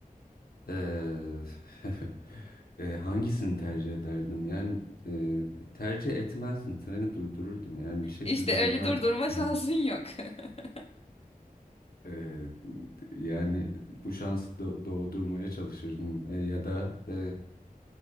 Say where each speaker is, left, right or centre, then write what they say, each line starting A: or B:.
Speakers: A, on the left; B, on the left.
A: e, <laughs> e, hangisini tercih ederdim? Yani e, tercih etmezdim, treni durdururdum. Yani bir şekilde
B: İşte öyle
A: bundan
B: durdurma
A: <laughs>
B: şansın yok. <laughs>
A: Ee, yani bu şansı do- doğdurmaya çalışırdım Ee, ya da e,